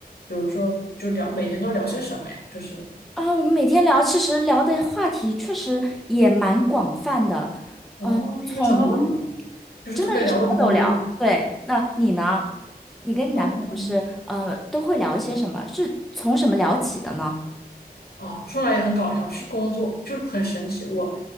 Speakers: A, on the left; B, in the centre.
A: 比如说就聊每天都聊些什么呀？就是
B: 啊，我们每天聊，其实聊的话题确实也蛮广泛的，
A: 哦，
B: 嗯、
A: 就是什么都聊。
B: 从
A: 就是特别聊得投缘
B: 真的是什么都聊。对，那你呢？你跟你男朋友是呃都会聊一些什么？
A: 哦，
B: 是从什么聊起的呢？
A: 哦，说来也很搞笑，是工作，就是很神奇。我